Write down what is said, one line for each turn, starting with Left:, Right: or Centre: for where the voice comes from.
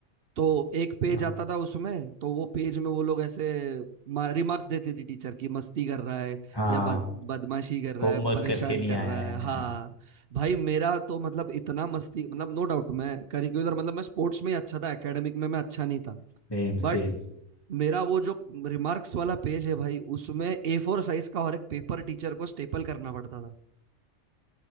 Right: तो एक पेज
Left: हाँ
Right: आता था उसमें तो वो पेज में वो लोग ऐसे रिमार्क्स देते थे टीचर की मस्ती कर रहा है
Left: हाँ
Right: या बद, बदमाशी कर रहा
Left: होमवर्क
Right: है परेशान
Left: करके नहीं
Right: कर
Left: आया
Right: रहा
Left: है
Right: है
Left: मैं
Right: हाँ भाई मेरा तो मतलब इतना मस्ती मतलब नो डाउट मैं करिकुलर मतलब मैं स्पोर्ट्स में ही अच्छा था एकेडमिक में मैं अच्छा नहीं था
Left: Same
Right: बट
Left: same
Right: मेरा वो जो रिमार्क्स वाला पेज है भाई उसमें ए फोर साइज का और एक पेपर टीचर को स्टेपल करना पड़ता था